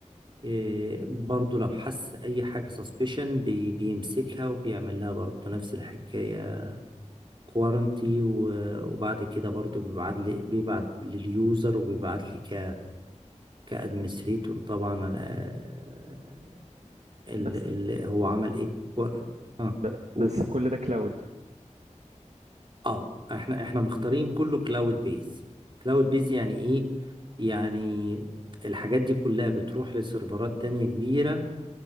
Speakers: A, on the right (about 40°); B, on the right (about 65°).
A: إيه، برضو لو حس اي حاجة سسبشن بي بيمسكها وبيعمل لها برضو نفس الحكاية كوارنتي وبعد كده برضو بيبعت لي بيبعت لليوزر وبيبعت لي ك كادمنستريتور طبعا أنا، آه، ال
B: بس
A: ال هو عمل ايه كوار- اه
B: ب-
A: قول
B: بس كل ده كلاود
A: اه احنا احنا مختارين كله كلاود بيز كلاود بيز يعني ايه يعني الحاجات دي كلها بتروح لسيرفرات تانية كبيرة